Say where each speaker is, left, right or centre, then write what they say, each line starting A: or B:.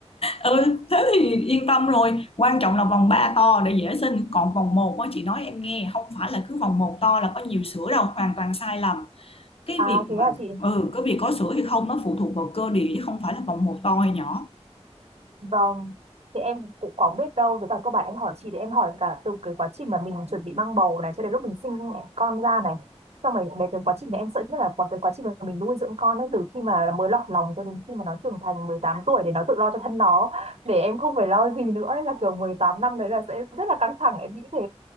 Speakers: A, on the left; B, on the right.
A: ừ, thế thì yên tâm rồi. Quan trọng là vòng 3 to để dễ sinh. Còn vòng một á, chị nói em nghe không phải là cứ vòng một to là có nhiều sữa đâu, hoàn toàn sai lầm. Cái
B: À
A: việc
B: thế là
A: mà
B: chị
A: ừ, cái việc có sữa hay không nó phụ thuộc vào cơ địa chứ không phải là vòng một to hay nhỏ.
B: vâng. Thì em cũng có biết đâu với cả các bạn em hỏi chị để em hỏi cả từ cái quá trình mà mình chuẩn bị mang bầu này cho đến lúc mình sinh con ra này. Xong rồi về cái quá trình này em sợ nhất là quá cái quá trình mà mình nuôi dưỡng con ấy từ khi mà mới lọt lòng cho đến khi mà nó trưởng thành 18 tuổi để nó tự lo cho thân nó để em không phải lo gì nữa ấy, là kiểu 18 năm đấy là sẽ rất là căng thẳng em nghĩ thế.